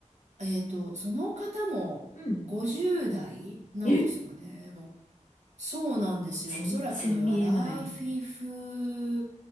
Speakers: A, on the right (about 65°); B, on the left (about 75°).
A: えっと、その方も50代なんですかね。
B: うんうん。え、
A: もうそうなんですよ。
B: 全然見えない。
A: おそらく、アラフィフ、